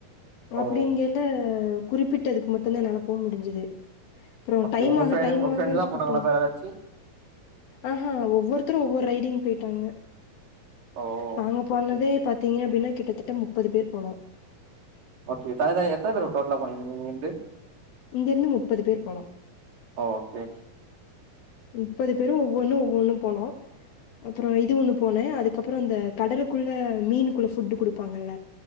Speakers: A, on the right (about 65°); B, on the left (about 75°).
A: ஓ
B: அப்பிடீங்கல்ல குறிப்பிட்டதுக்கு மட்டுந்தா என்னால போ முடிஞ்சது அப்றோ
A: ஓகே
B: டைம்
A: உங்க
B: ஆக
A: ஃப்ரெண்ட்
B: டைம்
A: உங்க
B: ஆக
A: ஃப்ரெண்ட்லா
B: கூட்டோ
A: போனாங்களா வேற ஏதாச்சு
B: ஆஹா ஒவ்வொருத்தரு ஒவ்வொர் ரைடிங் போய்ட்டாங்க
A: ஓ
B: நாங்க போனதே
A: ஓகே
B: பாத்தீங்க அப்டின்னா கிட்டத்தட்ட முப்பது பேர் போனோ
A: ஓக்கே தன தனி எத்தன பேரு டோட்டலா போனீங்க இங்கிருந்து
B: இங்கிருந்து முப்பது பேர் போனோ
A: ஓக்கே
B: முப்பது பேரு ஒவ்வொன்னு ஒவ்வொன்னும் போனோ அப்றோ இது ஒன்னு போனே அதுக்கப்பறோ இந்த கடலுக்குள்ள மீனுக்குள்ள ஃபுட்டு குடுப்பாங்கள்ள